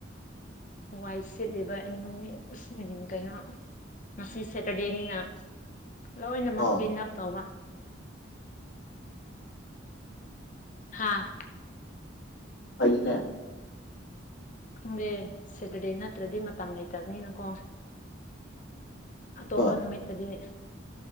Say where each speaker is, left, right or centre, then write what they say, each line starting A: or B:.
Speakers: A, on the left; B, on the left.
A: ꯍꯋꯥꯏ ꯁꯤꯦꯠꯂꯤꯕ ꯏꯃꯨꯡ ꯎ ꯀꯩꯅꯣ ꯉꯁꯤ ꯁꯦꯇꯔꯗꯦꯅꯤꯅ ꯂꯣꯏꯅꯃꯛ
B: ꯑꯣ
A: ꯀ꯭ꯂꯤꯟ ꯑꯞ ꯇꯧꯕ ꯍꯥꯥ
B: ꯐꯩꯅꯦ
A: ꯈꯪꯗꯦ ꯁꯦꯇꯔꯗꯦ ꯅꯠꯇ꯭ꯔꯗꯤ ꯃꯇꯝ ꯂꯩꯇꯕꯅꯤꯅꯀꯣ ꯑ ꯇꯣꯄꯅ
B: ꯍꯣꯏ
A: ꯃꯠꯇꯗꯤꯦ